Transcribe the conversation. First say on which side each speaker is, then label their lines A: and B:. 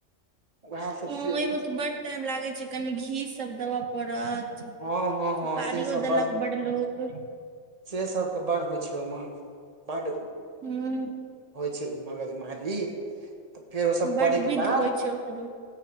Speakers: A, on the right; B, on the right.
A: उएह सब
B: हँ
A: से
B: ओहिमे तऽ बड टाइम लागैत छै कनी घी सब देबय पङत
A: हँ हँ हँ
B: सुपारी
A: से सब
B: देलक
A: बड़
B: बड लोक
A: से सभके बड़ होइ छै ओहिमे बड
B: हूं
A: होइ छै मगजमारी तऽ फेर ओ सब
B: बड
A: करै के
B: विध
A: बाद
B: होइ छै ओकरो